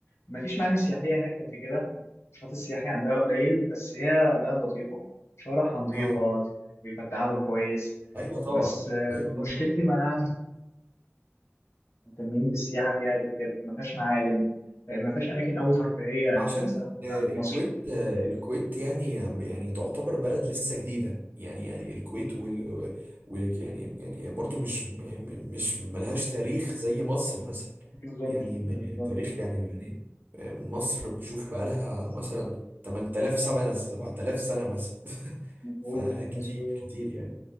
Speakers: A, on the left; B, on the right.
A: مفيش معالم سياحية هناك قد كده النشاط السياحي عندها قليل بس هي بلد لطيفة شوارعها نظيفة
B: اه
A: بيبقى التعامل كويس
B: ايوه طبعا
A: بس آه،
B: ايوه
A: مشكلتي
B: طبعا
A: معاها مش مهتمين بالسياحة فيها قد كده ما فيهاش معالم آه، ما فيهاش أماكن أوي ترفيهية قد
B: عشان
A: مثلا
B: آه،
A: عند
B: الكويت
A: مصر
B: آه، الكويت يعني يعني تعتبر بلد لسه جديدة يعني يعني الكويت وال, وال يعني يعني برضو مش م- م- مش ملهاش تاريخ زي مصر مثلا
A: بالظبط
B: يعني م-
A: بالظبط
B: يعني تاريخ يعني يعني آه، مصر بشوف بقالها مثلا 8000 سنة 7000 سنة مثلا <laughs>
A: مظبوط
B: فكتير
A: مظبوط
B: كتير يعني